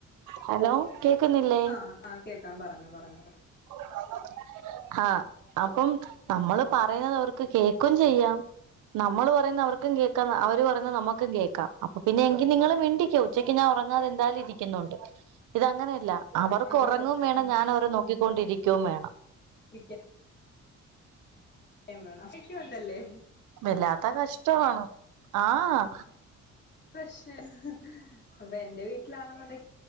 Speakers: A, on the right (about 85°); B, on the left (about 35°).
A: ഹലോ കേക്ക്ന്നില്ലേ
B: ആഹ് അഹ് കേക്കാം പറഞ്ഞോ പറഞ്ഞോ
A: <unintelligible> ആഹ് അപ്പം നമ്മള് പറയുന്നത് അവർക്ക് കേക്കും ചെയ്യാം നമ്മള് പറയുന്ന അവർക്കും കേൾക്കാ അവര് പറയുന്ന നമ്മുക്കും കേൾക്കാ അപ്പൊ പിന്നെ എങ്കിൽ നിങ്ങള് മിണ്ടിക്കൊ ഉച്ചക്ക് ഞാൻ ഉറങ്ങാതെ എന്താലും ഇരിക്കുന്നുണ്ട് ഇത് അങ്ങനെയല്ല അവർക്ക്
B: അത്
A: ഒറങ്ങും
B: സത്യം
A: വേണം
B: ഉം
A: ഞാൻ അവരെ നോക്കിക്കൊണ്ടിരിക്കും വേണം
B: ഇരിക്കാൻ വേണം <unintelligible> ക്കും ഉണ്ടല്ലേ
A: വല്ലാത്ത കഷ്ടവാണ് ആഹ്
B: പ്രശ്ന <unintelligible> അപ്പൊ എന്റെ വീട്ടിലാണെന്നുണ്ടെ